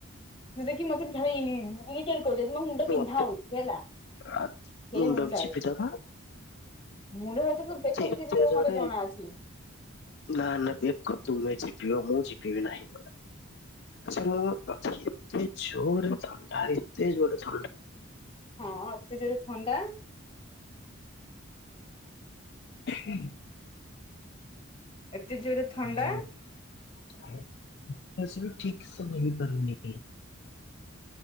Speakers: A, on the left (about 25°); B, on the left (about 50°).
A: <unintelligible> ମୋ ମୁଣ୍ଡ ବିନ୍ଧା ହଉଛି
B: ମତେ
A: ହେଲା।
B: ଆ
A: ସେଇ
B: ମୁଣ୍ଡକୁ
A: ଅନୁସାରେ
B: ଚିପି ଦବା।
A: ମୁଣ୍ଡ ହାତ ତୁ ବେକ ବିି
B: ଏତେ
A: ଚିପି ଦବୁ
B: ଜୋରେ
A: ମତେ ଜଣା ଅଛି।
B: ନା ନା ବେକ ତୁମେ ଚିପିବ ମୁଁ ଚିପିବ ନାହିଁ। ଆଛା ମୁଁ ଅଛି ଏତେ ଜୋର ଥଣ୍ଡା ଏତେ ଜୋର ଥଣ୍ଡା।
A: ହଁ ଏତେ ଜୋରେ ଥଣ୍ଡା।
B: ହୁଁ।
A: ଏତେ ଜୋରେ ଥଣ୍ଡା
B: ଓହ ନିଶ୍ୱାସ ବି ଠିକ ସେ ହେଇପାରୁନି।